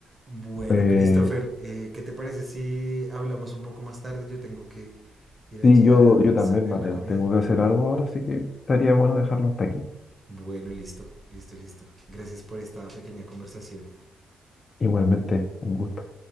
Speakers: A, on the right; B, on the left.
A: Bueno,
B: Eh,
A: Christopher, eh, ¿qué te parece si hablamos un poco más tarde? Yo tengo que ir allí
B: sí, yo,
A: a
B: yo también,
A: servir
B: Mateo,
A: la comida.
B: tengo que hacer algo ahora, así que estaría bueno dejarlo hasta aquí.
A: Bueno, listo, listo, listo. Gracias por esta pequeña conversación.
B: Igualmente, un gusto.